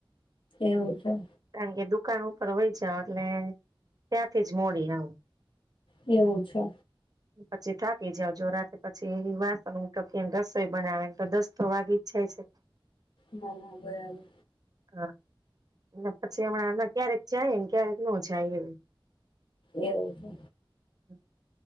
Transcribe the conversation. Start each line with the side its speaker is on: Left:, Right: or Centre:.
Left: એવું છે.
Right: કારણ કે દુકાન ઉપર વહી જાઓ એટલે ત્યાંથી જ મોડી આવું.
Left: એવું છે.
Right: પછી થાકી જાવ જો રાતે પછી એવી વાસણ ઉમટો કેમ રસોઈ બનાવેને તો દસ્તો વાગી જ જાય છે.
Left: હા બરાબર.
Right: હા પછી હમણાં આમાં ક્યારેક જાય ને ક્યારેક ન જાય એવી.
Left: એવું છે.
Right: હ.